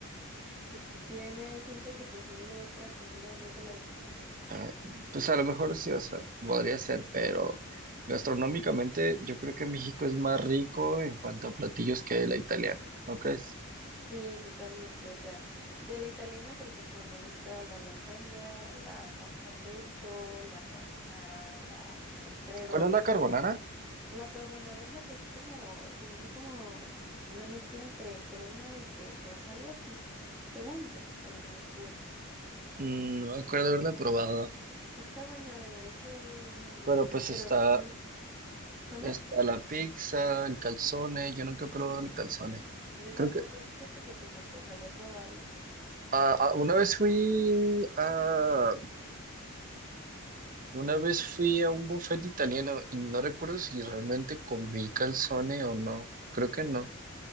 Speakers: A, in the centre; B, on the right.
A: pues que tiene, hay gente que prefiere otra comida en vez de la de aquí.
B: Ah, pues a lo mejor sí, o sea, podría ser, pero gastronómicamente yo creo que México es más rico en cuanto a platillos que la italiana, ¿no crees?
A: Sí, totalmente. O sea, de la italiana, por ejemplo, me gusta la lasaña, la pasta pesto, la carbonara, la Alfredo.
B: ¿Cuál es la carbonara?
A: La carbonara es la que es como, según yo, como una mezcla entre crema y quesos, algo así, según yo, a lo que me acuerdo.
B: Mm, No me acuerdo haberla probado,
A: Está buena, deberías probarlo alguna vez.
B: pero pues
A: Pero,
B: está,
A: mi- ¿mande?
B: está la pizza, el calzone, yo nunca he probado el calzone.
A: Yo
B: Creo
A: tampoco,
B: que
A: fíjate que se me antojaría probarlo.
B: ah, ah, una vez fui a una vez fui a un buffet italiano y no recuerdo si realmente comí calzone o no. Creo que no.